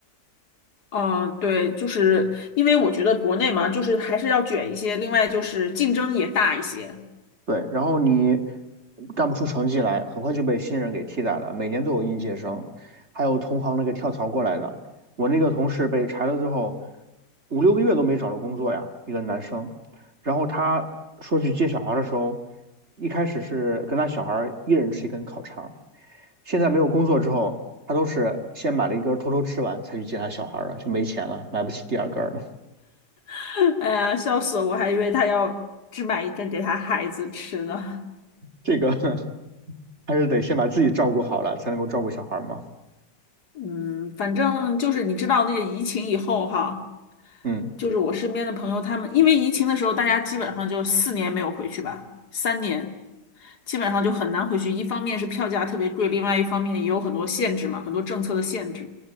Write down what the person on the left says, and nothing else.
嗯，对，就是因为我觉得国内嘛，就是还是要卷一些，另外就是竞争也大一些。
<laughs> 哎呀，笑死我！我还以为他要只买一针给他孩子吃呢。
嗯，反正就是你知道那个疫情以后哈，
就是我身边的朋友他们，因为疫情的时候，大家基本上就四年没有回去吧，三年。基本上就很难回去。一方面是票价特别贵，另外一方面也有很多限制嘛，很多政策的限制。